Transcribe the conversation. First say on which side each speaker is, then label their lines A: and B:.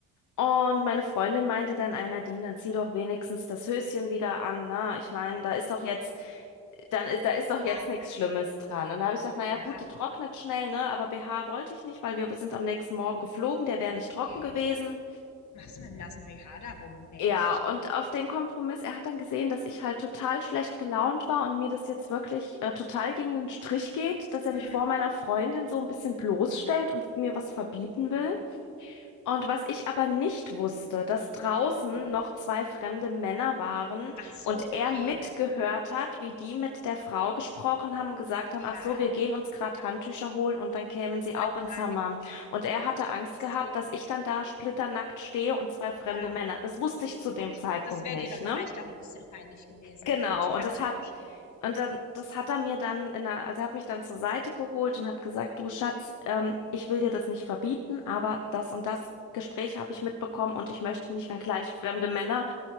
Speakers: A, on the left; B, on the left.
A: Und meine Freundin meinte dann, einer Nadine, dann zieh doch wenigstens das Höschen wieder an, ne? Ich meine, da ist doch jetzt, dann ist, da ist doch
B: Ja,
A: jetzt nichts Schlimmes dran. Und da habe ich gesagt, naja,
B: ja.
A: gut, die trocknet schnell, ne? Aber BH wollte ich nicht, weil wir sind am nächsten Morgen geflogen, der wäre nicht trocken
B: Nee.
A: gewesen.
B: Machst du mit dem nassen BH darum? Nee,
A: Ja,
B: hätte ich
A: und
B: auch. nicht.
A: auf den Kompromiss, er hat dann gesehen, dass ich halt total schlecht gelaunt war und mir das jetzt wirklich äh, total gegen den Strich geht, dass er
B: Mhm.
A: mich vor meiner Freundin so ein bisschen bloßstellt und mir was verbieten will. Und was ich aber nicht wusste, dass draußen
B: Ja.
A: noch zwei fremde Männer waren
B: Ach so,
A: und
B: okay.
A: er mitgehört hat, wie die mit der Frau gesprochen haben, gesagt haben,
B: Ja.
A: ach so, wir gehen uns gerade Handtücher holen und dann kämen
B: Und
A: sie
B: wollten
A: auch ins
B: rein.
A: Hammam. Und er hatte Angst
B: Ach
A: gehabt,
B: so,
A: dass ich dann da splitternackt stehe und zwei fremde
B: ja.
A: Männer. Das wusste ich zu dem
B: Gut.
A: Zeitpunkt
B: Das wäre
A: nicht,
B: dir dann
A: ne?
B: vielleicht auch ein bisschen peinlich gewesen.
A: Genau,
B: Gut, kann
A: und das
B: ich
A: hat,
B: auch verstehen.
A: und dann, das hat er mir dann in der, also er hat mich dann zur Seite geholt und hat gesagt, du Schatz, ähm, ich will dir das nicht verbieten, aber das und das Gespräch habe ich mitbekommen und ich möchte nicht, wenn gleich fremde Männer.